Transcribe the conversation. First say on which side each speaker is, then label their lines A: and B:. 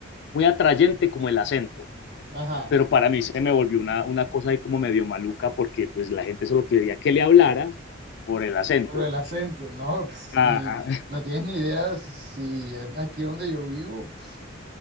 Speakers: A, on the left; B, on the right.
A: muy atrayente como el acento,
B: Ajá.
A: pero para mí
B: sí.
A: se me volvió una, una cosa ahí como medio maluca porque pues la gente solo quería que le hablara por el acento.
B: Pero el acento, no, <laughs> pues,
A: Ajá.
B: ni, no tienes ni idea si es aquí donde yo vivo. pf,